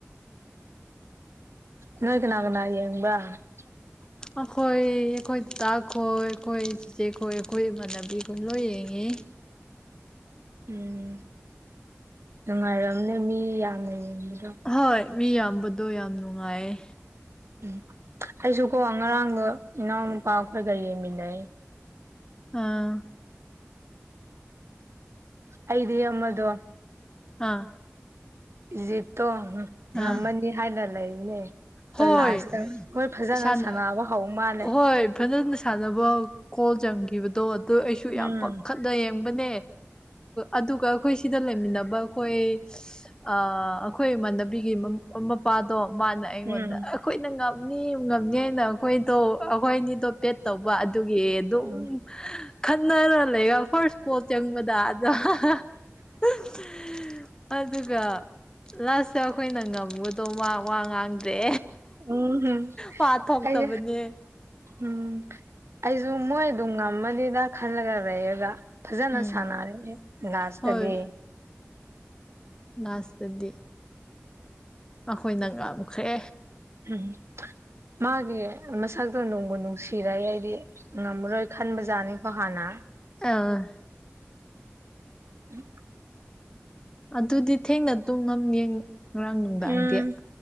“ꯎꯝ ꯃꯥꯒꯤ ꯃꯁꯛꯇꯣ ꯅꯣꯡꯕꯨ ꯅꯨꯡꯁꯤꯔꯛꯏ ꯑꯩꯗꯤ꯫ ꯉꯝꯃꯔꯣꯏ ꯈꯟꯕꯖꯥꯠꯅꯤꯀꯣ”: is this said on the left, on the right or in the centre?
Right